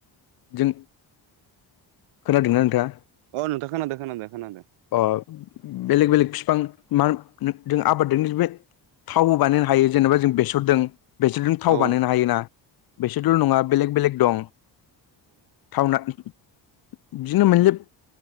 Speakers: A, on the left (about 50°); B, on the right (about 80°).
A: जों खोनादोंना नोंथाङा
B: अ नोंथां खोनादो खोनादो खोनादो।
A: अ बेलेग बेलेग फिफां मा जों आबाददों बे थावबो बानायनो हायो जेनेबा जों बेसरदों बेसरजों थाव
B: औ
A: बानायनो हायोना बेसरदोंल' नङा बेलेग बेलेग दं। थावना इदिनो मोनले